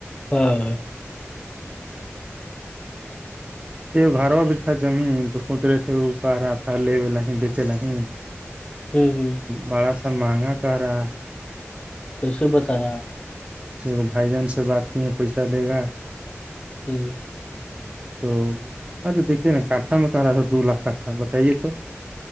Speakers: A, on the left; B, on the right.
A: ہاں
B: یہ گھروا بھی تھا زمین تو سوچ رہے تھے وہ کہ رہا تھا لےے ل نہیں بیچے ل نہیں
A: ہ ہ
B: بڑا سا مہنگا کر رہا ہے
A: کیسے بتانا آپ
B: تو بھائی جان سے بات کی ہیں پیسہ لے گا
A: ہوں
B: تو ارے دیکھیے نا کانٹا میں کہ رہا تھا دو لاکھ کٹھا بتائیے تو